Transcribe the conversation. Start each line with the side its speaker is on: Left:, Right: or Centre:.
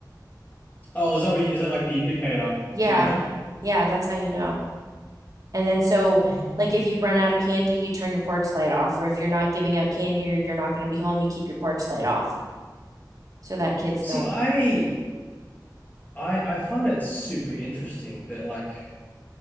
Left: Oh, is that what, is that like the indicator?
Right: Yeah.
Left: So you know?
Right: Yeah, that's how you know. And then so
Left: Oh.
Right: like if you run out of candy, you turn your porch light off, or if you're not giving out candy or you're not going to be home, you keep your porch light off so that kids
Left: See,
Right: don't.
Left: I I I find it super interesting that like